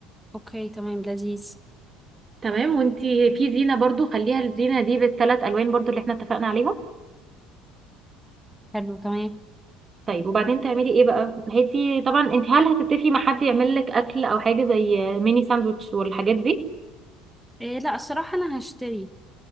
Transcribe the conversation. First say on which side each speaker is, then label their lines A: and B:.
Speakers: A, in the centre; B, on the right.
A: اوكي تمام لذيذ
B: تمام وانتي في زينه برضو خليها الزينه دي بالثلاث الوان برضو اللي احنا اتفقنا عليهم
A: حلو تمام
B: طيب وبعدين تعملي ايه بقى هاتي طبعا انت هل هتتفقي مع حد يعمل لك اكل او حاجه زي ميني ساندوتش والحاجات دي
A: إيه لا الصراحة انا هشتري